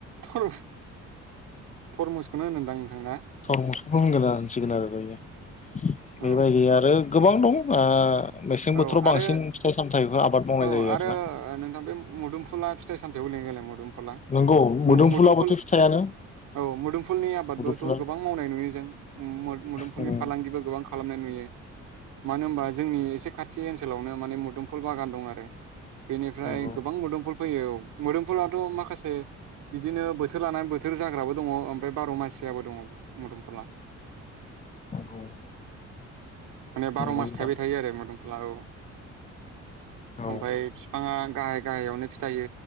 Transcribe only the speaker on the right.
थर टरमुसखौनो होनोदां ना
औ
औ आरो
औ
आरो
नोंथां बे मुदुमफुला फिथाय-सामथायाव गोलैयोना गोलैया मुदुमफुला फला
मु मुदुमफुल
औ मोदुमफुलनि आबादबोथ'
गोबां मावनाय नुयो जों मु मुदुमफुलनि
फालांगिबो गोबां खालामनाय नुयो मानो होनबा जोंनि एसे खाथि ओनसोलावनो माने मोदुमफुल बागान दं आरो बेनिफ्राय
गोबां मुदुमफोल फैयो औ मोदोमफुलाथ' माखासे बिदिनो बोथोर लानानै बोथोर जाग्राबो दङ ओमफ्राय बार' मानसियाबो दङ मोदोमफुला
माने बार'
मास
थाइबाय थायो आरो मोदोमफुला औ
ओमफ्राय बिफाङा गाहाय गाहायावनो फि थायो